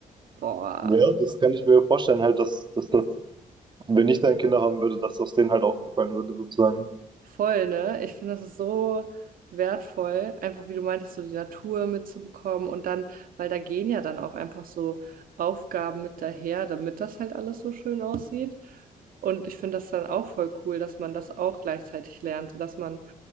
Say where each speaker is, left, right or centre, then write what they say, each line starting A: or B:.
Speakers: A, on the right; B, on the right.
A: boah.
B: ja, das kann ich mir vorstellen halt, dass, dass das, wenn ich dann Kinder haben würde, dass das denen halt auch gefallen würde sozusagen.
A: Voll, ne? Ich finde, das ist so wertvoll, einfach wie du meintest, so die Natur mitzubekommen und dann, weil da gehen ja dann auch einfach so Aufgaben mit daher, damit das halt alles so schön aussieht. Und ich finde das dann auch voll cool, dass man das auch gleichzeitig lernt, sodass man